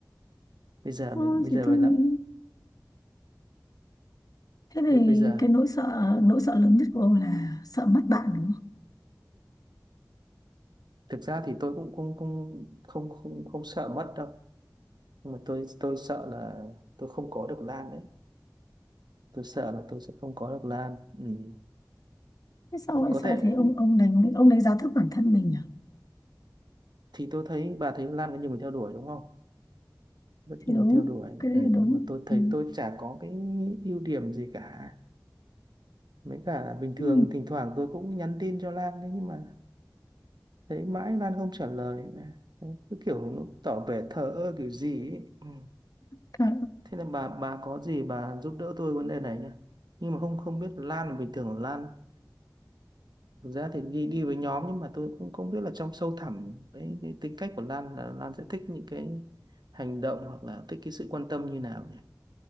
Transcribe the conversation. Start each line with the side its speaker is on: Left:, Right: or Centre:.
Right: bây giờ
Left: thôi
Right: mình bây giờ
Left: thì tôi
Right: phải
Left: nghĩ
Right: làm
Left: thế thì
Right: bây, bây giờ
Left: cái nỗi sợ nỗi sợ lớn nhất của ông là sợ mất bạn đúng không
Right: thực ra thì tôi cũng cũng cũng không không không sợ mất đâu nhưng mà tôi tôi sợ là tôi không có được Lan đấy tôi sợ là tôi sẽ không có được Lan ừ.
Left: thế sao
Right: thì
Left: lại
Right: có
Left: sao
Right: thể
Left: thế ông ông đánh ông đánh giá thấp bản thân mình à
Right: thì tôi thấy bà thấy Lan có nhiều người theo đuổi đúng không rất
Left: thì
Right: nhiều
Left: đúng
Right: người theo đuổi
Left: cái
Right: ừ.
Left: đấy là đúng
Right: mà tôi thấy
Left: ừ.
Right: tôi chả có cái ưu điểm gì cả mấy cả bình thường
Left: Ừ.
Right: thỉnh thoảng tôi cũng nhắn tin cho Lan đấy nhưng mà thấy mãi Lan không trả lời đấy. cứ kiểu nó tỏ vẻ thờ ơ kiểu gì ấy. Ừ.
Left: Cả,
Right: Thế là bà bà có gì bà giúp đỡ tôi vấn đề này nhá. Nhưng mà không không biết Lan là bình thường Lan thực ra thì đi đi với nhóm nhưng mà tôi cũng không biết là trong sâu thẳm cái, cái tính cách của Lan là Lan sẽ thích những cái hành động hoặc là thích cái sự quan tâm như nào nhỉ?